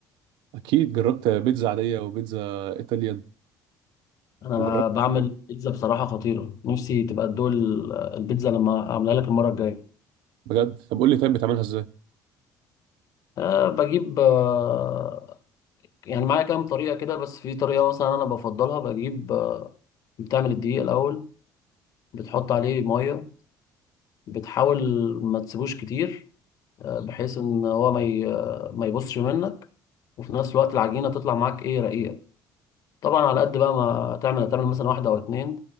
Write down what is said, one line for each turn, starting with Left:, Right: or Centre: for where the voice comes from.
Right: اكيد جربت بيتزا عاديه وبيتزا ايطاليان
Left: انا
Right: وجربت
Left: بعمل بيتزا بصراحه خطيره نفسي تبقى تدوق ال- آه، البيتزا لما اعملها لك المره الجايه
Right: بجد طب قول لي طيب بتعملها ازاي
Left: أه بجيب آه، يعني معايا كام طريقة كده بس في طريقة مثلا أنا بفضلها بجيب آه، بتعمل الدقيق الأول بتحط عليه مية بتحاول ما تسيبوش كتير آه، بحيث إن هو ما ي- آه، ما يبصش منك وفي نفس الوقت العجينة تطلع معاك إيه رقيقة طبعا على قد بقى ما تعمل تعمل مثلا واحدة أو اتنين